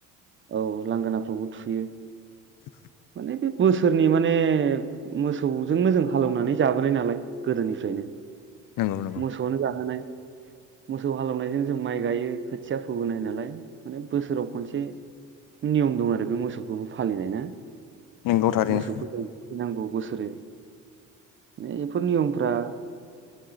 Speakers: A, on the right (about 35°); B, on the left (about 70°).
A: औ लांगोनाफ्रावबो थुयो
B: <inaudible>
A: बेदि बोसोरनि माने मोसौजोंनो जों हालौवनानै जाबोनाय नालाय गोदोनिफ्रायनो
B: नंगौ नंगौ
A: मोसौआनो जाहोनाय मोसौ हालेवनायजों जों माइ गायो खोथिया फोबोनाय नालाय माने बोसोराव खनसे नियम दं आरो बे मोसौखौ फालिनाय ना
B: नंगौ थारैनो
A: मोसौखौ जों थुखैनांगौ बोसोरे बे बेफोर नियमफ्रा